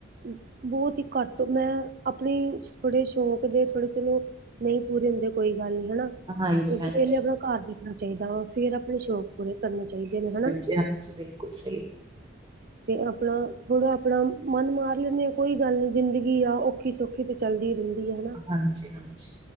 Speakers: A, on the right; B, on the right.
A: ਬਹੁਤ ਹੀ ਘੱਟ ਮੈਂ ਆਪਣੀ ਥੋੜੇ ਸ਼ੌਂਕ ਦੇ ਥੋੜੇ ਚਲੋ, ਨਹੀਂ ਪੂਰੇ ਹੁੰਦੇ ਕੋਈ ਗੱਲ ਨਹੀਂ ਹਨਾ।
B: ਹਾਂਜੀ-ਹਾਂਜੀ।
A: ਕਿਉਂਕਿ, ਪਹਿਲੇ ਆਪਣਾ ਘਰ ਦੇਖਣਾ ਚਾਹੀਦਾ ਵਾ, ਫੇਰ ਆਪਣੇ ਸ਼ੌਕ ਪੂਰੇ ਕਰਨੇ ਚਾਹੀਦੇ ਨੇ ਹਨਾ।
B: ਹਾਂਜੀ, ਬਿਲਕੁਲ ਸਹੀ ਦੇ।
A: ਤੇ ਆਪਣਾ ਥੋੜਾ ਆਪਣਾ ਮਨ ਮਾਰ ਲੈਂਣੇ ਹਾਂ, ਕੋਈ ਗੱਲ ਨੀ ਜ਼ਿੰਦਗੀ ਆ ਔਖੀ ਸੌਖੀ ਸੌਖੀ ਤੇ ਚੱਲਦੀ ਰਹਿੰਦੀ ਹੈ ਹਨਾ।
B: ਹਾਂਜੀ -ਹਾਂਜੀ।